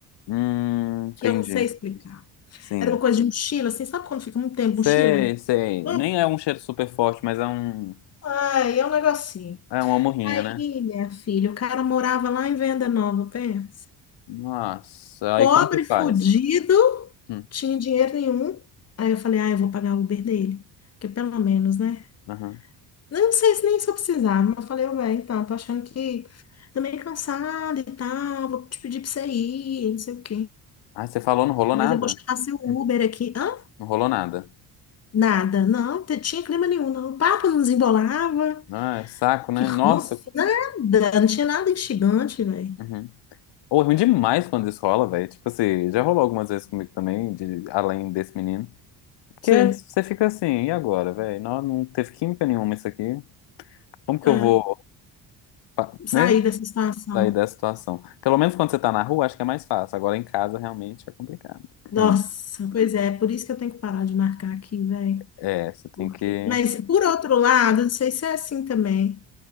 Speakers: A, on the left (about 80°); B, on the left (about 35°).
A: Hum, entendi.
B: que eu não sei explicar.
A: Sim.
B: Era uma coisa de mochila, assim, sabe quando fica muito tempo
A: Sei,
B: mochila?
A: sei.
B: Hum.
A: Nem é um cheiro super forte, mas é um.
B: Ai, é um negocinho.
A: É uma morrinha,
B: Aí,
A: né?
B: minha filha, o cara morava lá em Venda Nova, pensa.
A: Nossa, aí
B: Pobre,
A: como que faz?
B: fudido.
A: Hum,
B: Tinha dinheiro nenhum. Aí eu falei, ah, eu vou pagar o Uber dele. Porque pelo menos, né?
A: aham.
B: Não sei se nem se eu precisava, mas eu falei, ô, velho, então, tô achando que tô meio cansada e tal, vou te pedir pra você ir, não sei o quê.
A: Ah, você falou, não rolou
B: Mas
A: nada?
B: eu vou chamar seu Uber
A: Hum.
B: aqui. Hã?
A: Não rolou nada.
B: Nada, não, t- tinha clima nenhum, não. O papo não desembolava.
A: Ah, é saco, né?
B: Que ranço?
A: Nossa.
B: Nada, não tinha nada instigante, velho.
A: Uhum. Ou é ruim demais quando isso rola, velho. Tipo assim, já rolou algumas vezes comigo também, de, além desse menino. Porque
B: Sei.
A: você fica assim, e agora, velho? Não, não teve química nenhuma isso aqui. Como que
B: É,
A: eu
B: é.
A: vou, pa-
B: Sair
A: né,
B: dessa situação.
A: sair dessa situação? Pelo menos quando você tá na rua, acho que é mais fácil. Agora em casa, realmente, é complicado.
B: Nossa,
A: Hum,
B: pois é, por isso que eu tenho que parar de marcar aqui, velho.
A: é, você tem
B: Porque...
A: que.
B: Mas, por outro lado, não sei se é assim também.